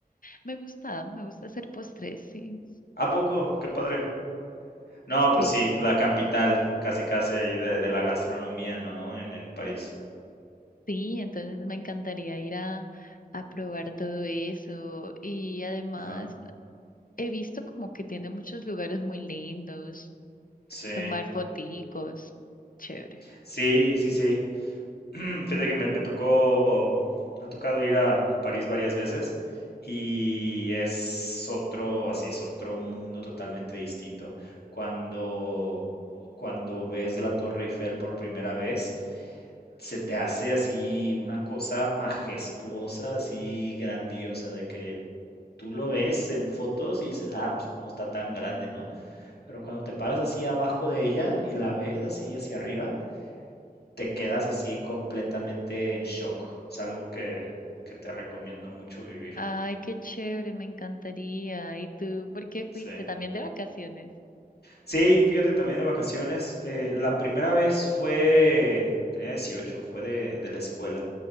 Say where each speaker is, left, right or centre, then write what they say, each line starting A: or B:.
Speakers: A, on the left; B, on the left.
A: Me gusta, me gusta hacer postres, sí,
B: ¿A poco? Qué padre. No, pues
A: sí.
B: sí, la capital, casi casi ahí de, de la gastronomía, ¿no? En, en París.
A: Sí, entonces me encantaría ir a, a probar todo eso. Y además
B: Ajá.
A: he visto como que tiene muchos lugares muy lindos,
B: Sí.
A: tomar foticos. Chévere.
B: Sí, sí, sí. <clears throat> Fíjate que me, me tocó, me ha tocado ir a, a París varias veces y es otro, así, es otro mundo totalmente distinto. Cuando, cuando ves la Torre Eiffel por primera vez, se te hace así una cosa majestuosa, así grandiosa, de que tú lo ves en fotos y dices, ah, pues, no está tan grande, ¿no? Pero cuando te paras así abajo de ella y la ves así hacia arriba, te quedas así completamente en shock. Es algo que, que te recomiendo mucho vivir.
A: Ay, qué chévere, me encantaría. ¿Y tú por qué fuiste?
B: Sí.
A: También de vacaciones.
B: Sí, fíjate, también de vacaciones. eh, la primera vez fue, tenía 18, fue de, de la escuela.